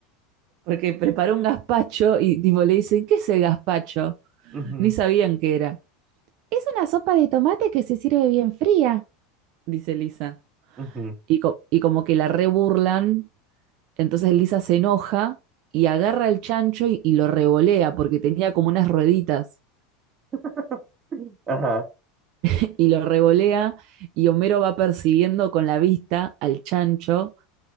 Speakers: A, on the right; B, on the right.
A: porque preparó un gazpacho y tipo le dicen, ¿qué es el gazpacho?
B: ujú,
A: Ni sabían qué era, Es una sopa de tomate que se sirve bien fría. dice Lisa.
B: ujú.
A: Y, co- y como que la reburlan, entonces Lisa se enoja y agarra el chancho y, y lo revolea, porque tenía como unas rueditas,
B: <laughs> Ajá.
A: <laughs> y lo revolea y Homero va persiguiendo con la vista al chancho